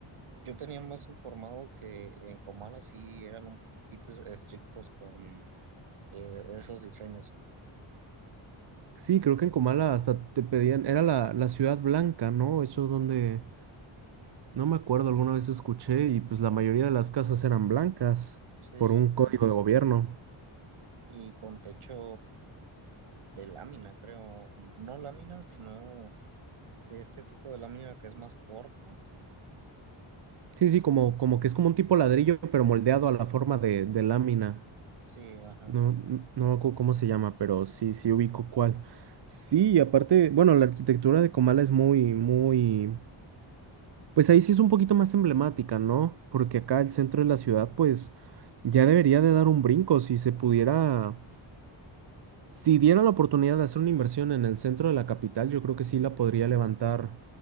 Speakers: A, on the right (about 85°); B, on the right (about 55°).
A: Yo tenía más informado que en Comala sí eran un poquito estrictos con eh, esos diseños.
B: Sí, creo que en Comala hasta te pedían, era la, la Ciudad Blanca, ¿no? Eso donde, no me acuerdo, alguna vez escuché y pues la mayoría de las casas eran blancas
A: Sí,
B: por un
A: con,
B: código de gobierno.
A: y con techo de lámina, creo. No lámina, sino de este tipo de lámina que es más corta.
B: Sí, sí, como, como que es como un tipo ladrillo, pero moldeado a la forma de, de lámina.
A: Sí, ajá.
B: No, n- no me acuerdo cómo se llama, pero sí, sí ubico cuál. Sí, y aparte, bueno, la arquitectura de Comala es muy, muy, pues ahí sí es un poquito más emblemática, ¿no? Porque acá el centro de la ciudad, pues ya debería de dar un brinco si se pudiera. Si diera la oportunidad de hacer una inversión en el centro de la capital, yo creo que sí la podría levantar